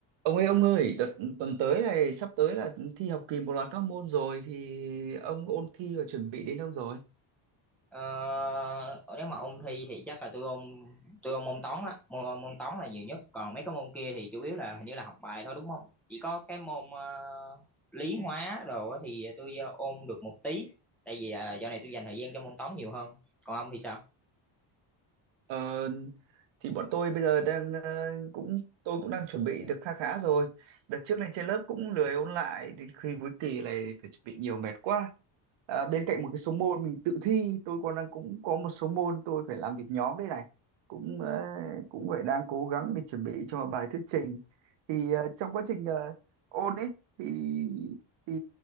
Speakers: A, on the right; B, in the centre.
A: Ông ơi ông ơi, đợt tuần tới này sắp tới là thi học kỳ một loạt các môn rồi thì ông ôn thi và chuẩn bị đến đâu rồi?
B: Ờ, nếu mà ôn thi thì chắc là tôi ôn tôi ôn môn toán á môn, môn toán là nhiều nhất còn mấy cái môn kia thì chủ yếu là hình như là học bài thôi đúng không chỉ có cái môn ờ, lý hóa đồ á thì tôi ờ, ôn được một tí tại vì ờ, dạo này tôi dành thời gian cho môn toán nhiều hơn còn ông thì sao
A: Ờ, thì bọn tôi bây giờ đang ờ, cũng tôi cũng đang chuẩn bị được kha khá rồi. Đợt trước này trên lớp cũng lười ôn lại đến khi cuối kỳ này phải chuẩn bị nhiều mệt quá. À, bên cạnh một cái số môn mình tự thi, tôi còn đang cũng có một số môn tôi phải làm việc nhóm đây này. Cũng ờ, cũng phải đang cố gắng để chuẩn bị cho bài thuyết trình. Thì ờ, trong quá trình ờ, ôn ấy thì thì